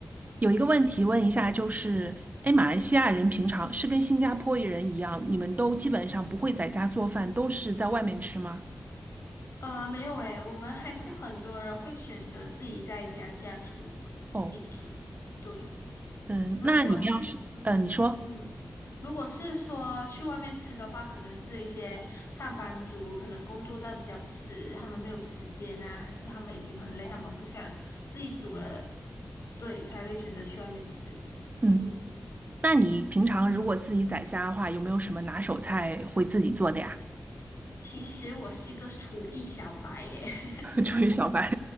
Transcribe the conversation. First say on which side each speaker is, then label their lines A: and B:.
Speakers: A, on the right; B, on the left.
A: 有一个问题问一下，就是，哎，马来西亚人平常是跟新加坡人一样，你们都基本上不会在家做饭，都是在外面吃吗？
B: 呃，没有诶，我们还是很多人会选择自己在家下厨，自己煮。
A: 哦，
B: 对。
A: 嗯，
B: 如果是说，
A: 那你们要是，呃，你说，
B: 嗯，如果是说去外面吃的话，可能是一些上班族，可能工作到比较迟，他们没有时间啊，还是他们已经很累，他们不想自己煮了，对，才会选择去外面吃。
A: 嗯，
B: 嗯，
A: 那你平常如果自己在家的话，有没有什么拿手菜会自己做的呀？
B: 其实我是一个厨艺小白耶。<laughs>
A: <laughs> 作为小白，